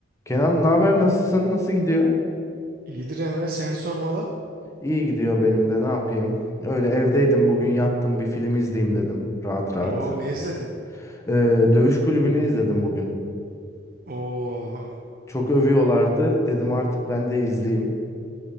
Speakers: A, on the left; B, on the right.
A: Kenan, ne haber? Nasılsın? Nasıl gidiyor?
B: İyidir Emre seni sormalı.
A: İyi gidiyor benim de. Ne yapayım? Öyle evdeydim bugün yattım bir film izleyeyim dedim. Rahat rahat.
B: Oo ne izledin?
A: Ee, Dövüş Kulübü'nü izledim bugün.
B: Oo
A: Çok övüyorlardı. Dedim artık ben de izleyeyim.